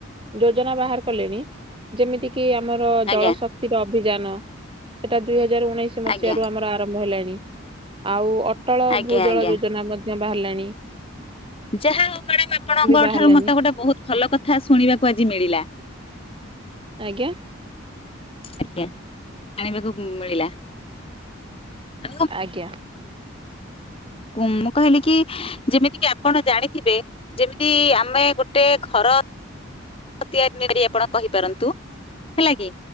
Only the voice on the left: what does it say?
ଆଜ୍ଞା
ଆଜ୍ଞା
ଆଜ୍ଞା
ଆଜ୍ଞା।
ଯାହା ହଉ ମାଡାମ୍ ଆପଣଙ୍କ
ଠାରୁ ମତେ ଗୋଟେ ବହୁତ ଭଲ କଥା ଶୁଣିବାକୁ ଆଜି ମିଳିଲା।
ଆଜ୍ଞା, ଜାଣିବାକୁ ମିଳିଲା। <unintelligible>
କୁଁ ମୁଁ କହିଲି କି ଯେମିତି କି ଆପଣ ଜାଣିଥିବେ? ଯେମିତି ଆମେ ଗୋଟେ ଘର ତିଆରି କରି ଆପଣ କହିପାରନ୍ତୁ ହେଲା କି